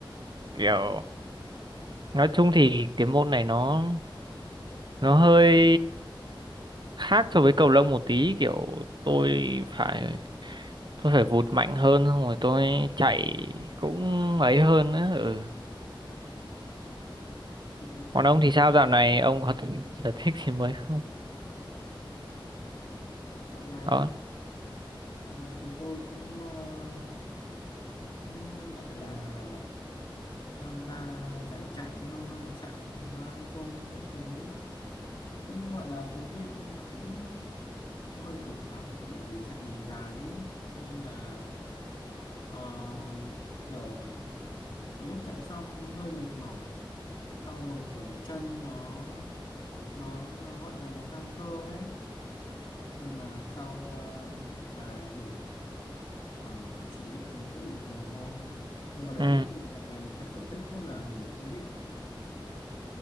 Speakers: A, on the right; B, on the left.
A: Kiểu nói chung thì cái môn này nó nó hơi khác so với cầu lông một tí kiểu tôi phải tôi phải vụt mạnh hơn xong rồi tôi chạy cũng ấy hơn á ừ.
B: Thì cái trò
A: Còn ông thì sao dạo này ông có sở thích gì mới không?
B: dạo này
A: Đó.
B: á, dạo này thì tôi cũng, ờ, cũng gọi là tham gia giải chạy thôi, giải chạy marathon các thứ cũng gọi là thú vị nhưng nó cũng, cũng hơi cực thật bởi vì chạy đường dài ấy nên là ờ, kiểu cái lúc chạy xong hơi mệt mỏi, sau rồi kiểu chân nó nó nó gọi là nó căng cơ ấy nhưng mà sau à, một vài buổi ờ, trị liệu thì nó cũng bình thường thôi nhưng mà đấy
A: Ừ.
B: cũng được gọi là một cái sở thích rất là thú vị